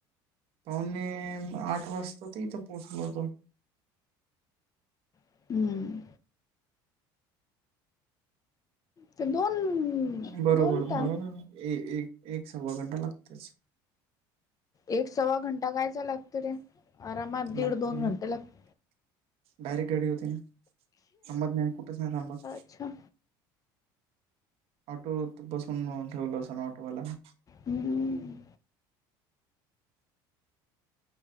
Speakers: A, on the right; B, on the left.
A: पावणे आठ वाजता ते इथे पोहोचलो होतो.
B: हम्म ते दोन
A: बरोबर
B: दोन ता
A: बर एक एक सव्वा घंटा लागतच.
B: एक सव्वा घंटा कायचा लागत रे आरामात
A: लागते
B: दीड दोन घंटे लागते.
A: डायरेक्ट गाडी होती ना थांबत नाही कुठेच नाही थांबात.
B: अच्छा.
A: ऑटोत बसून ठेवल असनं ऑटोवाल्यानं.
B: हम्म.